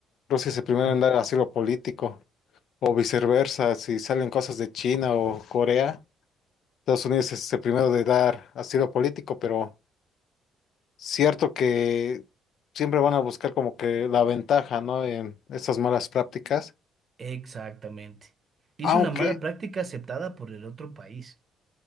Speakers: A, on the left; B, on the right.
A: Rusia es el primero
B: Mm.
A: en dar asilo político. O viceversa, si salen cosas de China o Corea, Estados Unidos es el primero de dar asilo político, pero cierto que siempre van a buscar como que la ventaja, ¿no? En estas malas prácticas,
B: Exactamente. Y
A: aunque,
B: es una mala práctica aceptada por el otro país.